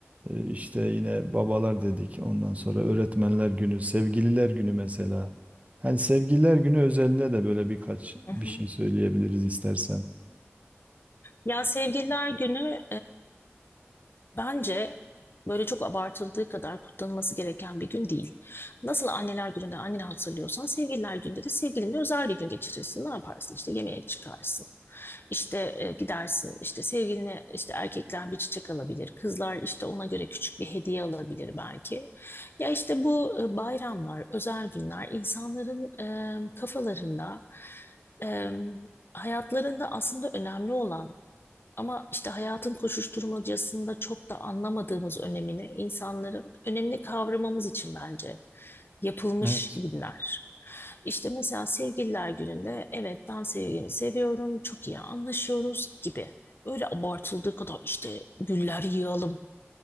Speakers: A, on the right; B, on the left.
A: E, İşte yine babalar dedik. Ondan sonra öğretmenler günü, sevgililer günü mesela. Hani sevgililer günü özelinde de böyle birkaç
B: hı
A: bir
B: hı.
A: şey söyleyebiliriz istersen.
B: Ya sevgililer günü Bence böyle çok abartıldığı kadar kutlanılması gereken bir gün değil. Nasıl anneler gününde anneni hatırlıyorsan sevgililer gününde de sevgilinle özel bir gün geçirirsin. Ne yaparsın? İşte yemeğe çıkarsın. İşte e, gidersin. İşte sevgiline işte erkekler bir çiçek alabilir. Kızlar işte ona göre küçük bir hediye alabilir belki. Ya işte bu e, bayramlar, özel günler insanların e, kafalarında e, hayatlarında aslında önemli olan ama işte hayatın koşuşturmacasında çok da anlamadığımız önemini insanların önemini kavramamız için bence yapılmış
A: Evet.
B: günler. İşte mesela sevgililer gününde evet ben sevgilimi seviyorum, çok iyi anlaşıyoruz gibi. Öyle abartıldığı kadar işte güller yığalım,